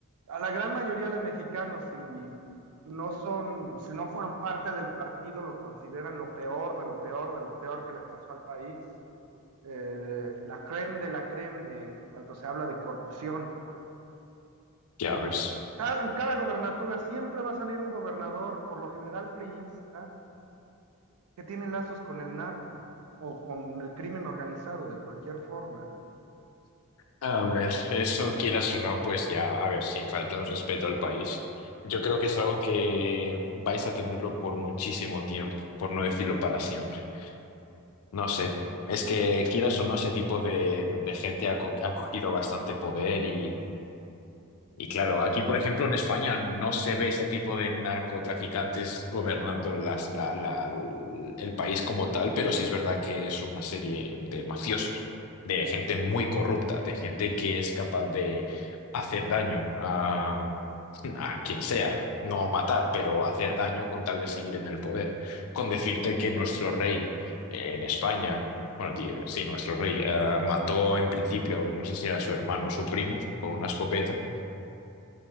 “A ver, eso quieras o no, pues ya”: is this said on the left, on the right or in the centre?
Left